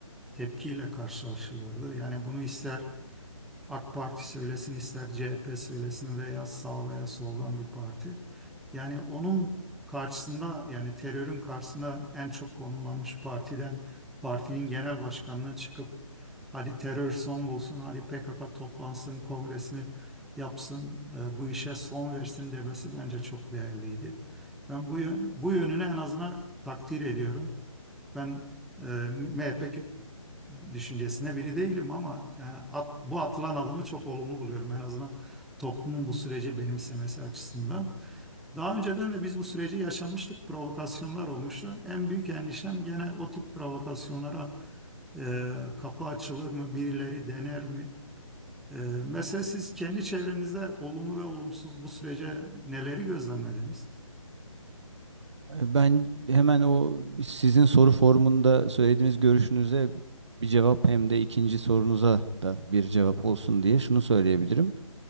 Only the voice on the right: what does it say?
ben hemen o sizin soru formunda söylediğiniz görüşünüze bir cevap hem de ikinci sorunuza da bir cevap olsun diye şunu söyleyebilirim.